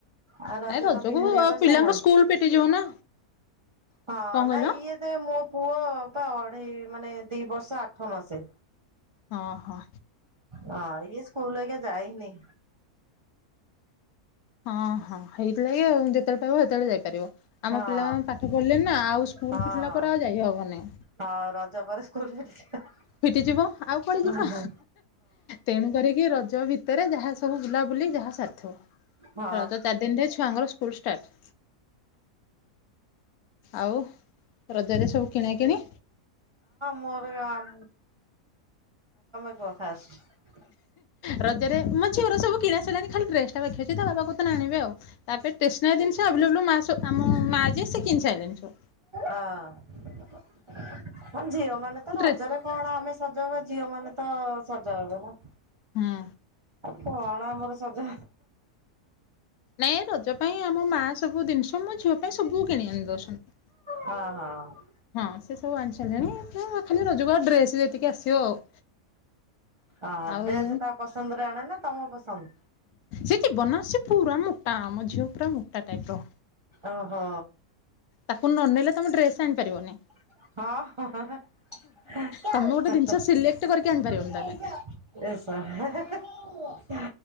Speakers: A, on the right; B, on the left.
A: ଆଉ ରଜ
B: ନାଇଁ ରଜକୁ
A: ସପିଙ୍ଗ ହେରିଆ କରିସାଇଲଣି?
B: ପିଲାଙ୍କ ସ୍କୁଲ ଫିଟିଯିବ ନା
A: ହଁ
B: କଣ କହିଲ?
A: ନାଇ ଇଏ ତ ମୋ ପୁଅ ପା ଅଢେଇ ମାନେ ଦି ବର୍ଷ ଆଠ ମାସେ।
B: ହଁ ହୋ।
A: ନାଇଁ ସ୍କୁଲ ଆଜ୍ଞା ଯାଇନି।
B: ହଁ ହଁ ହେଇଥିଲାଗି ଆଉ ଯେତେବେଳେ ପାଇବ ସେତେବେଳେ ଯାଇପାରିବ। ଆମ
A: ହଁ
B: ପିଲା ପାଠ ପଢିଲେ ନା ଆଉ ସ୍କୁଲ
A: ହଁ
B: ଫିଠିଲା
A: ହଁ।
B: ପରେ ଆଉ ଯାଇ ହବନି
A: ହଁ ରାଜ ପରେ ସ୍କୁଲ <unintelligible>
B: ଫିଟିଯିବ ଆଉ କୁଆଡେ ଯିବା।
A: ହଁ ହଁ
B: ତେଣୁ କରିକି ରଜ ଭିତରେ ଯାହା ସବୁ ବୁଲାବୁଲି ଯାହା ସାର
A: ହଁ
B: ରଜ ଚାରି ଦିନରେ ଛୁଆଙ୍କର ଫୁଲ ଷ୍ଟାର୍ଟ। ଆଉ ରଜ ରେ ସବୁ କିଣା କିଣି?
A: ମୋର ହଁ <unintelligible>
B: ରଜରେ ମୋ ଝିଅର ସବୁ କିଣା ସିଲାଣି ଖାଲି ଡ୍ରେସ ଟା ପାଖି ଅଛି ତା ବାବା କ ତ ଆଣିବେ ଆଉ। ତାପରେ ଟେସନାରୀ ଜିନିଷଭ ମା ମା ଯ ସେ କିିନି ସାରିଲଣି ସୁ।
A: ଅଁ ହଁ ଝିଅ ମାନେ ତ
B: ଡ୍ରେ
A: ରଜରେ କଣ ଆମେ ସଜା ହବ ଝିଅ ମାନେ ତ ସଜ ହବ ନା।
B: ହଁ
A: କଣ ଆମର ସଜ
B: ନାଇଁ ରଜ ପାଇଁ ଆମ ମା ସବୁ ଜିନିଷ ମୋ ଝିଅ ପାଇଁ ସବୁ କିଣ ଆଣି ଦଉଛନ୍ତି।
A: ହଁ ହଁ
B: ହଁ ସେ ସବୁ ଆଣି ସାରିଲାଣି ଖାଲି ରୋଜକୁ ଆଉ ଡ୍ରେସ ଯେତିକି ଆସିବ ଆଉ।
A: ହଁ
B: ଆଉ
A: ଡ୍ରେସ ତା ପସନ୍ଦରେ ଆଣେ ନା ତମ ପସନ୍ଦ?
B: ସେଠି ଜୀବନା ପୁରା ମୋଟା ଆମ ଝିଅ ପୁରା ମୋଟା ଟାଇପ ର।
A: ଓହୋ
B: ତାକୁ ନ ନେଲେ ତମେ ଡ୍ରେସ ଆଣିପାରିବନି।
A: ହଁ ହ
B: ତମେ ଗୋଟେ ଜିନିଷ ସିଲେକ୍ଟ କରିକି ଆଣିପାରିବନି ତା ପାଇଁ।
A: <unintelligible>